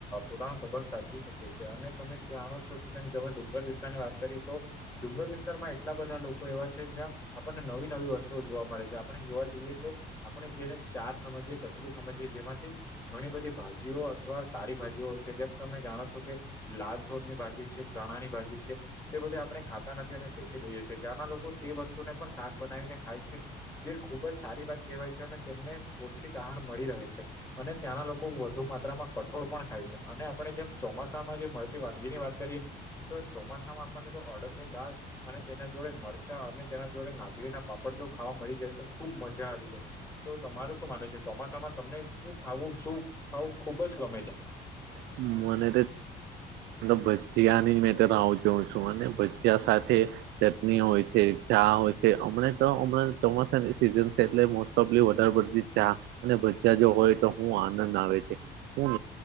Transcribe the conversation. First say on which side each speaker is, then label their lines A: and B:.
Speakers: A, on the left; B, on the right.
A: પોતાનો સંબંધ સાચવી શકે છે અને તમે જાણો છો કે ડુંગર વિસ્તારની વાત કરી તો ડુંગર વિસ્તારમાં એટલા બધા લોકો એવા છે જ્યાં આપણને નવી નવી વસ્તુ જોવા મળે છે આપણે જોવા જઈએ તો આપણે જેને ચાર સમજીએ કચરો સમજીએ જેમાંથી ઘણી બધી ભાજીઓ અથવા સારી ભાજીઓ હોય છે જેમ તમે જાણો છો કે લાલ છોર ની ભાજી છે ચણા ની ભાજી છે તે બધે આપણે ખાતા નથી અને ફેંકી દઈએ છીએ ત્યાંના લોકો તે વસ્તુને પણ શાક બનાવીને ખાય છે જે ખુબ જ સારી વાત કહેવાય છે અને તેમને પૌષ્ટિક આહાર મળી રહે છે અને ત્યાંના લોકો વધુ માત્રામાં કઠોળ પણ ખાય છે અને આપણે જેમ ચોમાસામાં જે મળતી વાનગી ની વાત કરીએ તો ચોમાસા માં આપણને જો અડદની દાળ અને તેના જોડે મરચાં અને તેના જોડે નાગલી ના પાપડ જો ખાવા મળી જાય તો ખુબ મજા આવી જાય તો તમાર શું માન છે ચોમાસામાં તમને શું ખાવું શું ખાવું ખુબ જ ગમે છે
B: હ મને તો તો ભજીયા ની મેં તો રાહું જોઉં છું અને ભજીયા સાથે ચટણી હોય છે ચા હોય છે અમ તો હમણાં ચોમાસાની સિઝન છે એટલે મો લી વધારે પતી ચા અને ભજીયા જો હોય તો હું આનંદ આવે છે હું